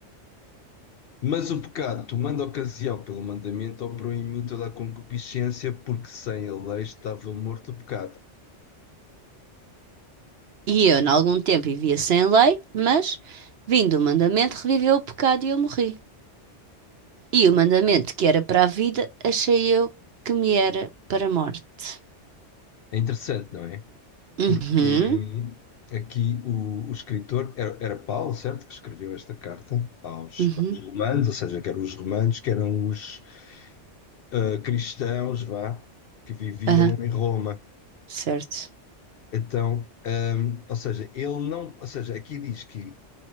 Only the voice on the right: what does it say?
E eu, em algum tempo, vivia sem lei, mas, vindo o mandamento, reviveu o pecado e eu morri. E o mandamento que era para a vida, achei eu que me era para a morte.
Uhum,
uhum,
aham,
certo.